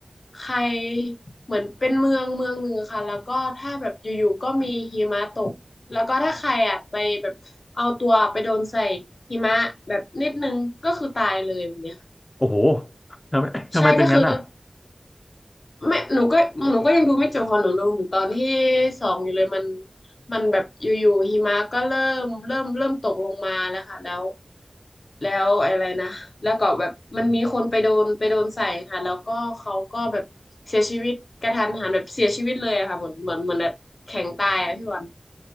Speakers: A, on the left; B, on the left.
A: ใครเหมือนเป็นเมืองเมืองหนึ่งค่ะแล้วก็ถ้าแบบอยู่ๆก็มีหิมะตกแล้วก็ถ้าใครอ่ะไปแบบเอาตัวไปโดนใส่หิมะแบบนิดนึงก็คือตายเลยแบบเนี้ยค่ะ
B: โอ้โหทำไม <laughs> ทำไมเป็นงั้นอ่ะ
A: ใช่ก็คือ ไม่หนูก็หนูก็ยังดูไม่จบพอหนูดูถึงตอนที่สองอยู่เลยมันมันแบบอยู่ๆหิมะก็เริ่มเริ่มเริ่มตกลงมาแล้วค่ะแล้ว แล้วอะไรนะแล้วก็แบบมันมีคนไปโดนไปโดนใส่ค่ะ แล้วก็เขาก็แบบเสียชีวิตกระทันหันแบบเสียชีวิตเลยอะค่ะเหมือนเหมือนเหมือนแบบแข็งตายอะพี่วัน